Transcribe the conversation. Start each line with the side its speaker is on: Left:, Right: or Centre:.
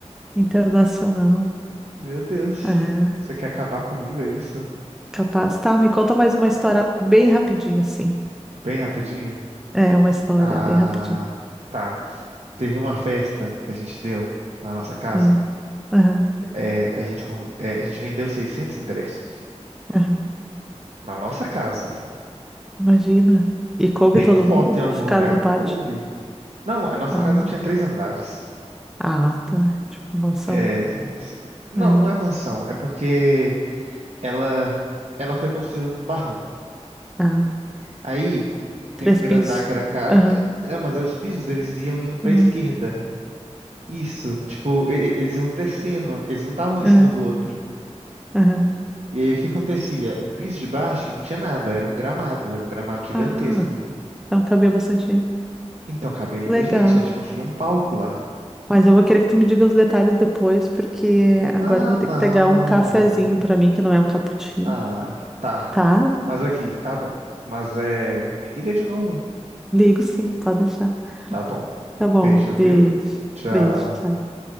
Centre: internacional.
Right: Meu Deus.
Centre: É,
Right: Você quer acabar comigo, é isso?
Centre: capaz. Tá, me conta mais uma história bem rapidinho, assim.
Right: Bem rapidinho?
Centre: É, uma história
Right: Ah,
Centre: bem rapidinho.
Right: tá. Teve uma festa que a gente deu na nossa casa.
Centre: É, aham,
Right: É, a gente, con- é, a gente vendeu 600 ingressos
Centre: aham.
Right: na nossa casa.
Centre: Imagina. E coube
Right: Tem
Centre: todo
Right: foto
Centre: mundo?
Right: em algum
Centre: Ficaram
Right: lugar?
Centre: no pátio.
Right: Coube. Não, a nossa
Centre: Ah,
Right: casa tinha três andares.
Centre: ah, tá. Tipo, mansão.
Right: É, s- não,
Centre: É,
Right: não é mansão. É porque ela, ela foi construída num barranco.
Centre: ah,
Right: Aí tem
Centre: três
Right: o primeiro
Centre: pisos.
Right: andar que era casa.
Centre: Aham.
Right: É, é, mas aí os pisos eles iam indo pra
Centre: aham.
Right: esquerda. Isso, tipo, e- e- eles iam descendo, eles não estavam em
Centre: Ah,
Right: cima do outro.
Centre: aham.
Right: E aí o que acontecia? O piso de baixo não tinha nada, era um gramado, era um gramado gigantesco.
Centre: Ah, então cabia bastante aí.
Right: Então cabia muita
Centre: Que legal.
Right: gente, a gente construiu um palco lá.
Centre: Mas eu vou querer que tu me diga os detalhes depois, porque agora
Right: Ah,
Centre: eu vou ter
Right: não.
Centre: que pegar um cafezinho pra mim, que não é um cappuccino.
Right: Ah, tá.
Centre: Tá?
Right: Mas aqui, tá bom. Mas é. Me liga de novo.
Centre: Ligo sim, pode deixar.
Right: Tá bom.
Centre: Tá bom,
Right: Beijo, viu?
Centre: beijo.
Right: Tchau.
Centre: Beijo, tchau.